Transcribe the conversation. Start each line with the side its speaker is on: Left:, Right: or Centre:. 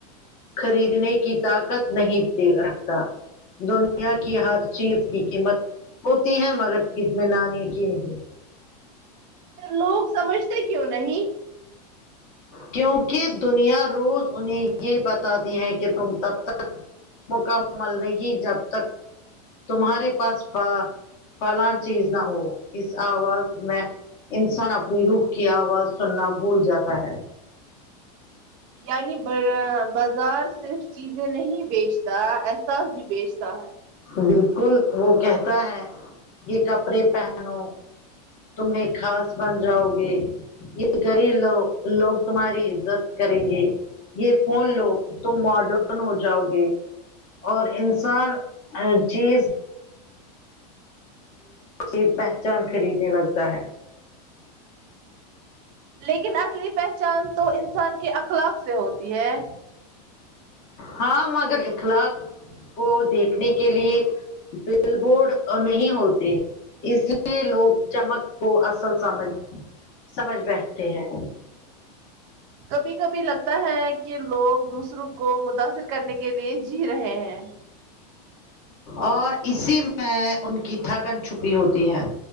Left: خریدنے کی طاقت نہیں دی رکھتا دنیا کی ہر چیز کی قیمت ہوتی ہے مگر اطمینانی کی نہیں
Right: لوگ سمجھتے کیوں نہیں
Left: کیونکہ دنیا روز انہیں یہ بتاتی ہے کہ تم تب تک مکمل نہیں جب تک تمہارے پاس پلاں چیز نہ ہو اس آواز میں انسان اپنی رخ کی آواز سننا بھول جاتا ہے
Right: یعنی برا بازار صرف چیزیں نہیں بیچتا احساس بھی بیچتا ہے
Left: بالکل وہ کہتا ہے کہ کپڑے پہن ن نو تم ایک خاص بن جاؤ گے یہ غریب لو لوگ تمہاری عزت کریں گے یہ فون لو تو ماڈرن ہو جاؤ گے اور انسان ہر چیز یہ پہچان خریدنے لگتا ہے
Right: لیکن اصلی پہچان تو انسان کے اخلاق سے ہوتی ہے
Left: ہاں مگر اخلاق کو دیکھنے کے لیے بل بورڈ نہیں ہوتے اس لیے لوگ چمک کو اصل سمجھ سمجھ بیٹھتے ہیں
Right: کبھی کبھی لگتا ہے کہ لوگ دوسروں کو متاثر کرنے کے لیے جی رہے ہیں
Left: اور اسی میں ان کی تھکن چھپی ہوتی ہے